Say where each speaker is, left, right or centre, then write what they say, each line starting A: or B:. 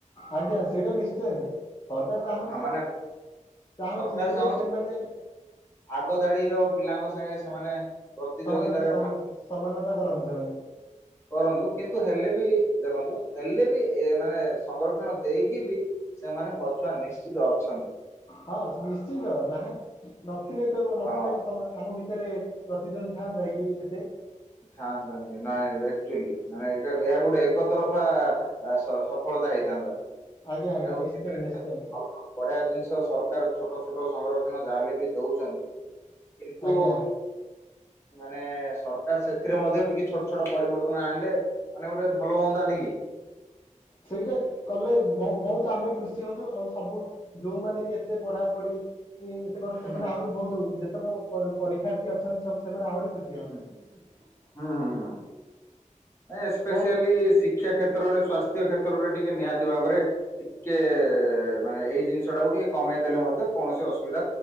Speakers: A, on the left; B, on the left.
A: ଆଜ୍ଞା ସେଇଟା ନିଶ୍ଚୟ ସରକାର ଚାହୁଁଚି
B: ହଁ ମାନେ
A: ଚାହୁଁଚି
B: ସରକାର
A: ହେଲେ
B: ଚାହୁଁଛି
A: ସେମାନେ
B: ଆଗ ଧାଡି ର ପିଲାଙ୍କ ସାଙ୍ଗେ ସେମାନେ ପ୍ରତିଯୋଗିତାରେ
A: ସମାନତା ସମ
B: ଭାଗ
A: ସମାନତା ଦରଞ୍ଜୟ।
B: କରନ୍ତୁ କିନ୍ତୁ ହେଲେ ବି ଦେଖନ୍ତୁ ହେଲେ ବି ଏ ମାନେ ସଂରକ୍ଷଣ ଦେଇକି ବି ସେମାନେ ପଛୁଆ ନିଶ୍ଚିତ ଅଛ
A: ହଁ ନିଶ୍ଚିନ୍ତ ନାହାଁ ନଥିଲେ ତ ନଥିଲେ
B: ହଁ।
A: ତ ସମା ଆମ ଭିତରେ ପ୍ରତିଦ୍ୱନ୍ଦୀ ଥାଆନ୍ତା କି ଏତେ?
B: ଥାଆଁନ୍ତାନି ନାଇଁ ରେଚୁଆଲି ମାନେ ଏଇଟା କହିବାର ଗୋଟେ ଏକ ତରଫା ଆ ସ ସଫଳତା ହେଇଥାନ୍ତା।
A: ଆଜ୍ଞା ଆଜ୍ଞା
B: ତେଣୁ
A: ନିଶ୍ଚୟ ନିଶ୍ଚୟ।
B: ବଢିଆ ଜିନିଷ ସରକାର ଛୋଟ ଛୋଟ ସୌରକ୍ଷଣ ଯାହା ହେଲେ ବି ଦଉଛନ୍ତି କିନ୍ତୁ
A: ଆଜ୍ଞା
B: ମାନେ ସର କାର ସେଥିରେ ମଧ୍ୟ ଟିକେ ଛୋଟ ଛୋଟ ପରିବର୍ତ୍ତନ ଆଣିଲେ ମାନେ ଗୋଟେ ଭଲ ହୁଅନ୍ତାନି କି?
A: ସେଇଟା କଲେ ବ ବହୁତ ଆମେ ଖୁସି ହୁଅନ୍ତୁ ଆଉ ସବୁ ଯୋଉମାନେ ବି ଏତେ ପଢାପଢିକି କ ସେମାନେ
B: ହୁଁ
A: ଆହୁରି ବହୁତ ଯେତେକ ପ ପରୀକ୍ଷାର୍ଥୀ ଅଛନ୍ତି ସବୁ ସେମାନେ ଆହୁରି ଖୁସି ହୁଅନ୍ତେ
B: ହୁଁ ହୁଁ ହୁଁ ହୁଁ ଏ ସ୍ପେସିଆଲି
A: କଣ
B: ସି ଶିକ୍ଷା କ୍ଷେତ୍ରରେ ସ୍ୱାସ୍ଥ୍ୟ କ୍ଷେତ୍ରରେ ଟିକେ ନିହାତି ଭାବରେ ଟିକେ ମାନେ ଏଇ ଜିନି ସଟାକୁ ଟିକେ କମେଇଦେଲେ ମଧ୍ୟ କୌଣସି ଅସୁ